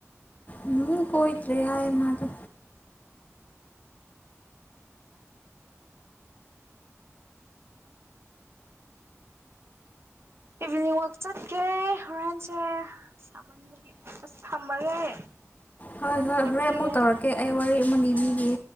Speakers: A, on the left; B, on the right.
A: ꯎꯝ ꯀꯣꯏꯇ꯭ꯔꯦ ꯍꯥꯏꯌꯦꯃꯗ
B: ꯏꯚꯤꯅꯤꯡ ꯋꯥꯛ ꯆꯠꯀꯦ ꯍꯣꯔꯦꯟꯦꯟꯁꯦ ꯑꯁ ꯊꯝꯃꯒꯦ
A: ꯍꯣꯏ ꯍꯣꯏ
B: ꯍꯤꯞꯈꯤꯒꯦ
A: ꯍꯣꯔꯦꯟ ꯑꯃꯨꯛ ꯇꯧꯔꯛꯀꯦ ꯑꯩ ꯋꯥꯔꯤ ꯑꯃ ꯂꯤꯕꯤꯒꯦ
B: ꯎꯝ